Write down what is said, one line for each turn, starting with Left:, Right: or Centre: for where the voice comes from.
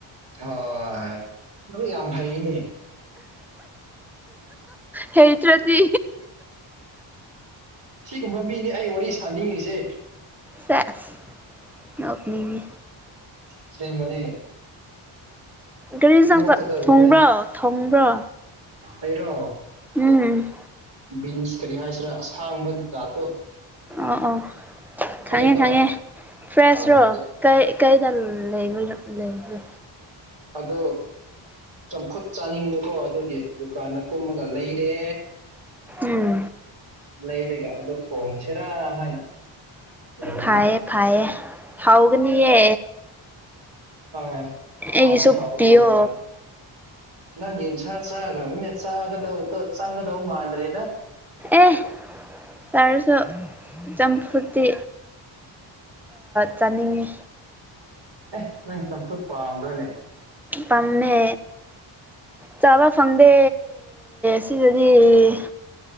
Right: ꯍꯣꯏ ꯑꯗꯨ ꯌꯥꯝ ꯐꯥꯏꯅꯦ
Centre: ꯍꯩꯇꯔꯥꯗꯤ
Right: ꯁꯤꯒꯨꯝꯕ ꯃꯤꯅꯤ ꯑꯩ ꯋꯥꯔꯤ ꯁꯥꯥꯟꯅꯤꯡꯉꯤꯁꯦ
Centre: ꯁꯦꯁ ꯅꯣꯛꯅꯤꯡꯉꯤ
Right: ꯑꯁꯦꯡꯕꯅꯦ
Centre: ꯒꯥꯔꯤ ꯆ
Right: ꯅꯣꯛꯀꯗꯕꯅꯦ
Centre: ꯊꯣꯡꯕ꯭ꯔꯣ ꯊꯣꯡꯕ꯭ꯔꯣ
Right: ꯑꯩꯔꯣ
Centre: ꯎꯝ <inaudible>
Right: ꯕꯤꯟꯁ ꯀꯔꯤ ꯍꯥꯏꯁꯤꯔꯥ ꯑꯁꯥꯡꯕ ꯖꯥꯠ ꯇꯣ
Centre: ꯑ ꯑꯣ
Right: ꯈꯪꯉꯤꯀꯣ
Centre: ꯈꯪꯉꯦ ꯈꯪꯉꯦ ꯐ꯭ꯔꯦꯁꯔꯣ
Right: ꯍꯣꯏ ꯑꯗꯨ
Centre: ꯀꯩ ꯀꯩꯗꯜ ꯂꯩꯕ ꯂꯩꯕ
Right: ꯑꯗꯨ ꯆꯝꯐꯨꯠ ꯆꯥꯅꯤꯡꯕꯗꯣ ꯑꯗꯨꯒꯤ ꯗꯨꯀꯥꯟꯗ ꯀꯨꯝꯃꯒ ꯂꯩꯔꯦ
Centre: ꯎꯝ
Right: ꯂꯩꯔꯥꯒ ꯑꯗꯣ ꯊꯣꯡꯁꯤꯔꯥ ꯍꯥꯏꯅ ꯂꯩꯔꯤ
Centre: ꯐꯌꯦ ꯐꯌꯦ ꯍꯥꯎꯒꯅꯤꯌꯦ
Right: ꯑ ꯍꯥꯎꯗꯤ
Centre: ꯑꯩꯒꯤꯁꯨ
Right: ꯍꯥꯎꯒꯗꯩ
Centre: ꯄꯤꯌꯣ
Right: ꯃꯥꯜꯂꯦ ꯅꯪ ꯌꯦꯟꯁꯥ ꯆꯥꯈ꯭ꯔꯕꯅꯤꯅ ꯆꯥꯒꯗꯧꯗꯣ ꯆꯥꯒꯗꯧ ꯃꯥꯟꯗ꯭ꯔꯦꯗ
Centre: ꯑꯦ ꯇꯔꯁꯨ ꯆꯝꯐꯨꯠꯇꯤ ꯆꯥꯅꯤꯡꯉꯤ
Right: ꯑꯦ ꯅꯪ ꯆꯝꯐꯨꯠ ꯄꯥꯝꯗ꯭ꯔꯅꯦ
Centre: ꯄꯝꯃꯦ ꯆꯥꯕ ꯐꯪꯗꯦ ꯁꯤꯗꯗꯤ